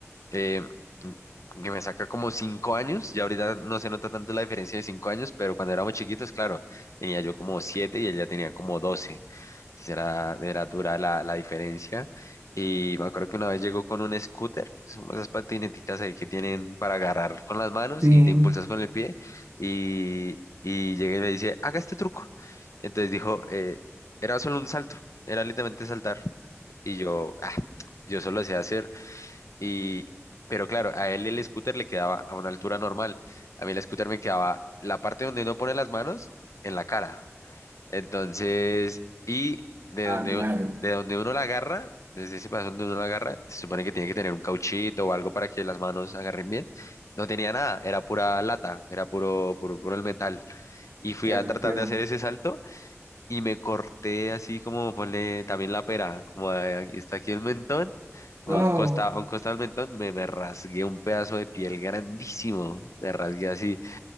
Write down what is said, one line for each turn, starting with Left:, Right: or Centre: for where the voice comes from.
Left: eh, que me saca como cinco años, y ahorita no se nota tanto la diferencia de cinco años, pero cuando éramos chiquitos, claro, tenía yo como siete y él ya tenía como doce, entonces era, era dura la, la diferencia. Y me acuerdo que una vez llegó con un scooter, que son esas patineticas ahí que tienen para agarrar con las manos
Right: Sí.
Left: y te impulsas con el pie, y, y llegué y me dice, haga este truco. Entonces dijo, eh, era solo un salto, era literalmente saltar. Y yo, ah, yo solo sé hacer y, pero claro, a él el scooter le quedaba a una altura normal. A mí el scooter me quedaba la parte donde uno pone las manos en la cara. Entonces, y de
Right: Ah,
Left: donde,
Right: claro.
Left: de donde uno la agarra, desde ese paso donde uno la agarra, se supone que tiene que tener un cauchito o algo para que las manos agarren bien. No tenía nada, era pura lata, era puro, puro, puro el metal. Y fui
Right: Claro,
Left: a tratar
Right: el fierro.
Left: de hacer ese salto y me corté así como ponle también la pera, como a- aquí está aquí el mentón, como
Right: Oh.
Left: un costado, a un costado del mentón, me, me rasgué un pedazo de piel grandísimo, me rasgué así.